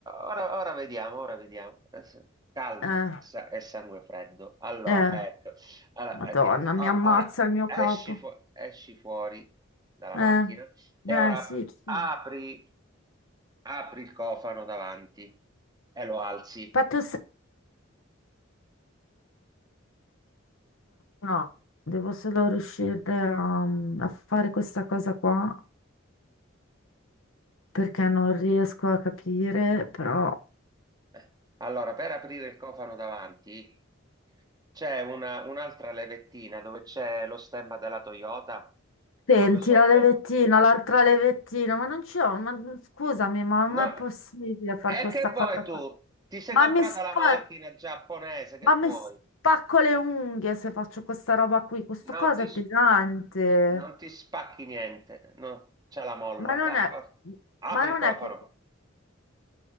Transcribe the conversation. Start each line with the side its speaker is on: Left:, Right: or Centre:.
Right: ora- ora vediamo, ora vediamo. Adesso- Calma,
Left: Eh,
Right: sa- è sangue freddo. Allora,
Left: eh,
Right: ecco. Allora,
Left: Madonna,
Right: eh, tira-
Left: mi
Right: o-
Left: ammazza
Right: ora
Left: il mio
Right: esci,
Left: capo.
Right: fu- esci fuori dalla
Left: Eh,
Right: macchina e
Left: eh,
Right: ora
Left: sì, sì.
Right: apri, apri il cofano davanti e lo alzi.
Left: Fatto No, devo solo riuscire a, a fare questa cosa qua perché non riesco a capire, però...
Right: Eh, Allora, per aprire il cofano davanti c'è una- un'altra levettina dove c'è lo stemma della Toyota
Left: Senti,
Right: proprio sotto.
Left: la levettina, l'altra levettina, ma non c'è... Ma, scusami, ma non
Right: No,
Left: è possibile fare
Right: e
Left: questa
Right: che
Left: cosa
Right: vuoi tu?
Left: qua?
Right: Ti sei
Left: Ma
Right: comprata
Left: mi, spar-
Right: la macchina giapponese, che
Left: ma
Right: vuoi?
Left: mi spacco le unghie se faccio questa roba qui. Questo
Right: Non
Left: coso
Right: ti,
Left: è
Right: s-
Left: pesante.
Right: non ti spacchi niente, no? C'è la molla.
Left: Ma non
Right: Dai,
Left: è...
Right: for- Apri
Left: Ma non
Right: il cofano.
Left: è che...